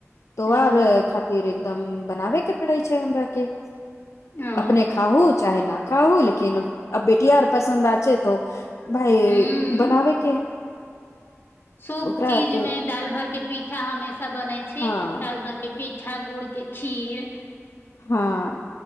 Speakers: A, on the left; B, on the left.
A: तो आ
B: ओ
A: खातिर एक- बनाबै के परै छै हमरा के
B: ओ
A: अपने खांहू चाहे न खाउ लेकिन अब बेटी आर पसन्द आ छै तो भाइ
B: हूँ
A: बनाबै के
B: शुभ
A: ओकरा
B: चीज
A: आरके
B: मे दाल भर के पीठा हमे बनै छै
A: हँ
B: दाल भरके पीठा गुड़ के खीर
A: हँ